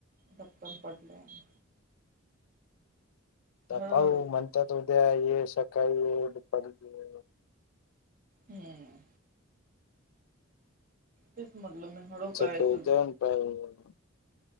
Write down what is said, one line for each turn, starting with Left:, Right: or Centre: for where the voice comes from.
Right: धपकन पडलाय
Left: तर
Right: हळूहळू
Left: काय हो म्हणत्यात उद्या ये, सकाळी ये, दुपारी ये.
Right: हम्म. तेच म्हटलं मी हळू करायचं
Left: सकाळी
Right: ग.
Left: जाऊन पाहिन